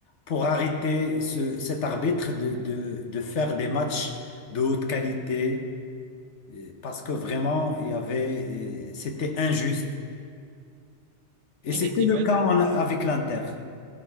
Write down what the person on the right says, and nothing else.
Ah,
il a été
banni?